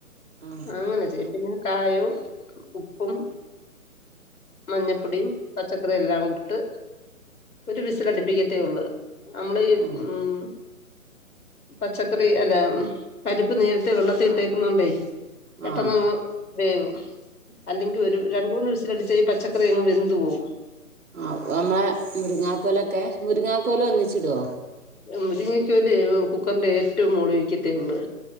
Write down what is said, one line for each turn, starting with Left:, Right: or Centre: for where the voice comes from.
Right: ആ ആ
Left: ആഹ് അങ്ങനെ ചെയ്യ് പിന്നെ കായോം ഉപ്പും മഞ്ഞപ്പൊടിയും പച്ചക്കറിയും ല്ലാം കൊടിട്ട് ഒരു വിസലടിപ്പിക്കത്തേ ഒള്ള് നമ്മള് ഈ
Right: ആ
Left: ഉം പച്ചക്കറി അല്ലാ മ് പരിപ്പ് നേരിത്തെ വെള്ളത്തിട്ടേക്കുന്നോണ്ടേ പെട്ടെന്നങ്ങ്
Right: ആ ആ
Left: വേവും. അല്ലെങ്കി ഒരു രണ്ട് മൂന്ന് വിസിലടിച്ചാ ഈ പച്ചക്കറി അങ്ങ് വെന്ത്വോവും
Right: ഓ നമ്മളെ മുരിങ്ങാക്കോലൊക്കെ മുരിങ്ങാക്കോല് ഒന്നിച്ചിടോ?
Left: മുരിങ്ങക്കോല് കുക്കറിന്റെ ഏറ്റോം മോളിവെക്കത്തേ ഒള്ള്